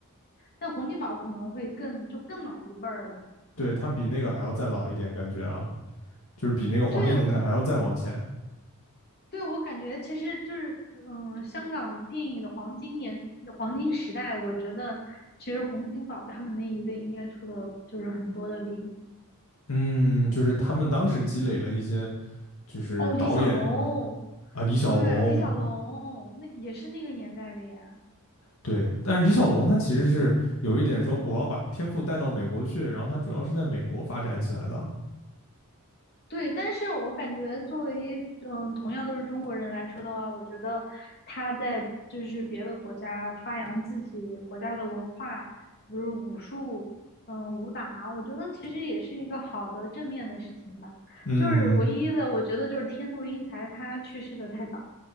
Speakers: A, on the left; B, on the left.
A: 但洪金宝可能会更就更老一辈儿了。
B: 对，他比那个还要再老一点，感觉啊，就是比那个黄金年代还要再往前。
A: 对，我对我感觉其实就是嗯，香港电影的黄金年黄金时代，我觉得其实洪金宝他们那一辈应该出了就是很多的力。
B: 嗯，就是他们当时积累了一些，就是导演上
A: 哦，李小龙，
B: 啊，李小龙，
A: 对，李小龙那也是那个年代的呀。
B: 对，但是李小龙他其实是有一点说我要把天赋带到美国去，然后他主要是在美国发展起来的。
A: 对，但是我感觉作为嗯，同样都是中国人来说的话，我觉得他在就是别的国家发扬自己国家的文化，比如武术，嗯，武打，我觉得其实也是一个好的正面的事情吧。
B: 嗯，
A: 就是唯一的，我觉得就是天妒英才，他去世的太早。